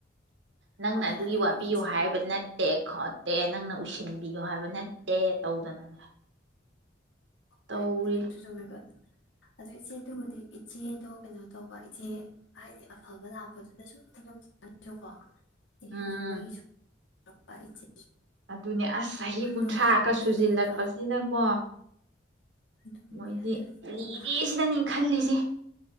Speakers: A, on the right; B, on the left.
A: ꯅꯪꯅ
B: ꯍꯣꯏ
A: ꯑꯗꯨꯒꯤ
B: ꯑꯗꯨꯕꯨꯗꯤ
A: ꯋꯥꯕꯤꯌꯨ
B: ꯏꯆꯦ
A: ꯍꯥꯏꯕ ꯅꯠꯇꯦ ꯈꯣꯠꯇꯦ ꯅꯪꯅ ꯎꯁꯤꯟꯕꯤꯌꯣ ꯍꯥꯏꯕ ꯅꯠꯇꯦ ꯇꯧꯗꯅꯅꯦ ꯇꯧꯔꯤ
B: ꯍꯣꯏ ꯑꯗꯨꯁꯨ ꯆꯨꯝꯃꯦꯕ ꯑꯗꯨ ꯏꯆꯦ ꯑꯗꯨꯕꯨꯗꯤ ꯏꯆꯦꯗꯣ ꯀꯩꯅꯣ ꯇꯧꯕ ꯏꯆꯦ ꯍꯥꯏꯗꯤ ꯑꯐꯕ ꯂꯥꯛꯄꯗꯨꯗ ꯁꯨꯝ <unintelligible> ꯂꯩꯍꯟꯅꯤꯡꯕꯒꯤ
A: ꯎꯝ
B: ꯁꯨꯝ ꯥ <unintelligible> ꯏꯆꯦ
A: ꯑꯗꯨꯅꯦ ꯑꯁ ꯆꯍꯤ ꯀꯨꯟꯊ꯭ꯔꯥꯒ
B: ꯅꯨꯡꯉꯥꯏꯕꯗ
A: ꯁꯨꯖꯤꯜꯂꯛꯄꯁꯤꯅꯀꯣ
B: ꯂꯩꯕ ꯑꯗꯨꯕꯨꯅꯦ
A: ꯃꯣꯏꯗꯤ
B: ꯑꯗ
A: ꯂꯤꯔꯦ
B: ꯏꯃꯥ
A: ꯁꯤꯗꯅꯦ ꯈꯜꯂꯤꯁꯦ꯫ ꯏ